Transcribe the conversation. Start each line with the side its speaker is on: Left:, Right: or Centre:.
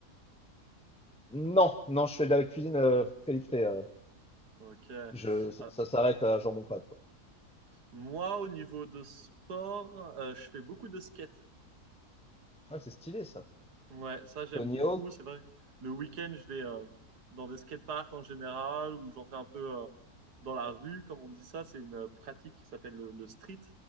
Centre: Non, non, je fais de la cuisine euh, très vite fait. euh,
Right: Ok.
Centre: je, ça,
Right: Ah,
Centre: ça s'arrête à jambon pâte, quoi.
Right: moi, au niveau de sport, euh, je fais beaucoup de skate.
Centre: Ouais, c'est stylé ça.
Right: Ouais, ça j'aime
Centre: Tony
Right: beaucoup.
Centre: Hawk,
Right: C'est vrai. Le week-end, je vais euh, dans des skateparks en général ou j'en fais un peu euh, dans la rue, comme on dit ça. C'est une euh, pratique qui s'appelle le, le street.